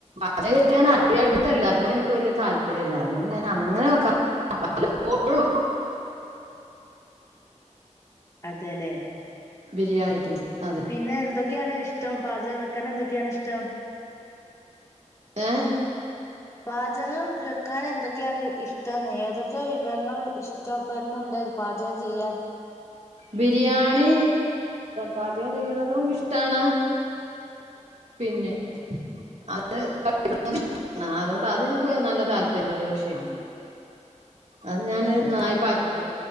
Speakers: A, on the right; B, on the left.
A: അതായത് ഞാൻ അറിയായിട്ടല്ല <unintelligible> അതിനോട് എനിക്ക് വല്യ താല്പര്യല്ല അതുകൊണ്ട് ഞാൻ അങ്ങനെ വെക്ക വല്ലപ്പോഴും
B: അതെലെ
A: ബിരിയാണി ഐറ്റംസ് അതെ
B: പിന്നെ എന്തൊക്കെയാണ് ഇഷ്ടം പാചകം വെക്കാൻ എന്തൊക്കെയാണിഷ്ടം
A: ഏ
B: പാചകം വെക്കാൻ എന്തൊക്കെയാണ് ഇഷ്ടംന്ന് ഏതൊക്കെ വിഭവങ്ങൾ ഇഷ്ടപ്പെുന്നുണ്ട്ന്ന് പാചകം ചെയ്യാൻ
A: ബിരിയാണി പാചകം ചെയ്യുന്നതും ഇഷ്ടാണ്. പിന്നെ അത് <unintelligible> അതുകൊണ്ട് അതെനിക്ക് നല്ല താല്പര്യമുള്ള ഒരു വിഷയ അത് ഞാന് നായ്
B: അതെ